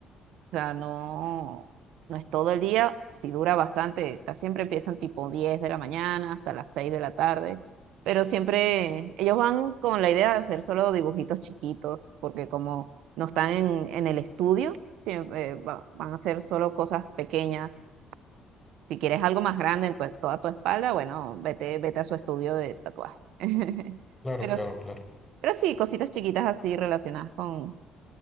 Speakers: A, on the right (about 80°); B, on the left (about 20°).
A: o sea, no, no es todo el día, si dura bastante, está- siempre empiezan tipo 10 de la mañana hasta las 6 de la tarde, pero siempre ellos van con la idea de hacer solo dibujitos chiquitos, porque como no están en, en el estudio, siempre eh, va- van a hacer solo cosas pequeñas. Si quieres algo más grande en tu- toda tu espalda, bueno, vete, vete a su estudio de tatuaje. <laughs>
B: Claro,
A: Pero
B: claro,
A: sí,
B: claro.
A: pero sí, cositas chiquitas así relacionadas con,